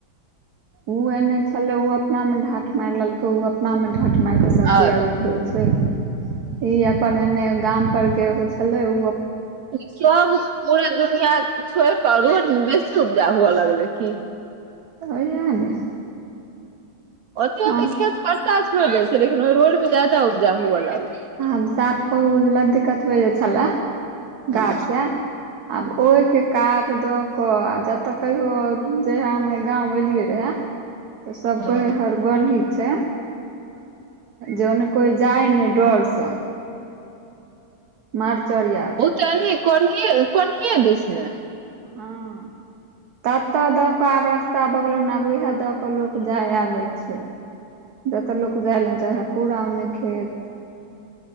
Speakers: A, on the right; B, on the right.
A: उ एने छलैय ओ अब। अपनामे ढाँठ मारि लेलको ओ अपनामे ढाँठ मारिकऽ सबजी
B: आ
A: आर उगबैय छैय। इ अपन एने गाम पर के एगो छलैय ओ।
B: इ सब पूरा दुनिया छोड़ि कऽ रोड मे बेसी उपजा हुऽ लगलै की।
A: <unintelligible>
B: ओते
A: हँ
B: ओते खेत परता छोड़ि दैय छैय लेकिन ओ रोडमे जादा उपजा हुऽ लगले।
A: हम साफ कहु लदिककतब जे छलए
B: हँ
A: गाछ या। आब ओहिके कात दऽ कऽ आ जतऽ कहियो जहिया हम गाँंव एलियै रहै। <inaudible> तऽ सब
B: हँ
A: कोई हर गरही छैय जन कोई जाय न डर। स। मारचर यार।
B: चली कोरही कोनहिे दिस न।
A: हां। तत दऽ क आब रस्ता भगले न आब उएह दऽ क लोक जाय आबेय छैय। जतऽ लोक जाय लै न चाहे ह पूरान अन खेत।